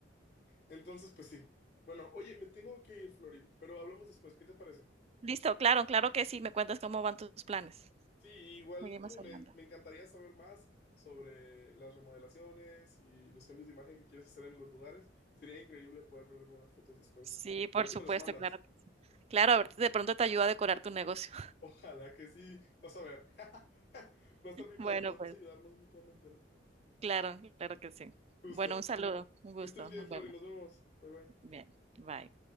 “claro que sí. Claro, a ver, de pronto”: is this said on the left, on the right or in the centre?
Right